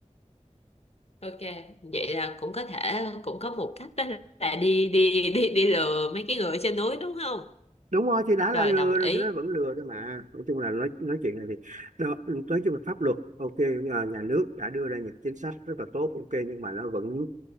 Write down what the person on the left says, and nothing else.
ok vậy là cũng có thể cũng có một cách đó là đi đi đi đi lừa mấy cái người trên núi đúng không
rồi
đồng
ý